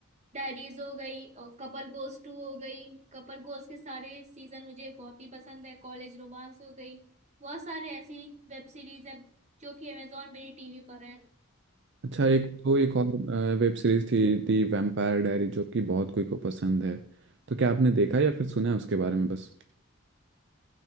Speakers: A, on the right; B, on the right.
A: डायरीज हो गई और कपल गोस टू हो गई कपल गोस के सारे सीजन मुझे बहुत ही पसंद है कॉलेज रोमांस हो गई बहुत सारे ऐसी वेब सीरीज है जो कि अमेजोन मिनी टीवी पर है
B: अच्छा एक तो एक और वेब सीरीज थी दी वैम्पायर डायरी जो कि बहुत कोई को पसंद है तो क्या आपने देखा या फिर सुना है उसके बारे में बस